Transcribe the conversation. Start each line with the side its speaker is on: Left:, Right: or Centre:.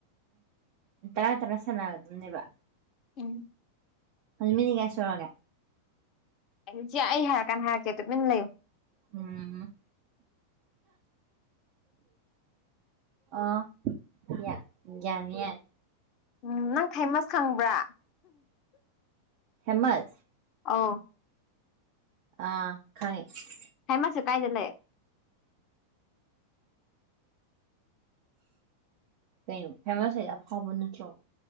Right: ꯑ‌ꯦ ꯇꯔꯥ ꯇꯔꯥ ꯁꯥꯟꯅꯒꯗꯝ ꯅꯦꯕ
Left: ꯎꯝ
Right: ꯍ‌ꯣꯏ ꯃꯤꯅꯤꯠ ꯀꯌꯥ ꯁꯨꯔꯒ‌ꯦ
Left: ꯑꯩꯆꯦ ꯑꯩ ꯍꯥꯏꯔ ꯀꯥꯟ ꯍꯥꯏꯔꯛꯀꯦ ꯇꯨꯃꯤꯟ ꯂꯩꯌꯨ
Right: ꯎꯝ ꯑ‌ꯣ ꯌꯥ ꯌꯥꯔ‌ꯦ ꯌꯥꯔ‌ꯦ
Left: ꯎꯝ ꯅꯪ ꯊꯥꯏꯃꯁ ꯈꯪꯕ꯭ꯔꯥ
Right: ꯍꯦꯃꯁ
Left: ꯑꯥꯎ
Right: ꯑ ꯈꯪꯉ‌ꯦ
Left: ꯍꯦꯃꯁꯁꯦ ꯀꯥꯏꯗ ꯂꯩ
Right: ꯀꯩꯅꯣ ꯐꯦꯃꯁ ꯍꯥꯏ ꯗꯤ ꯑꯐꯥꯎꯕ ꯅꯠꯇ꯭ꯔꯣ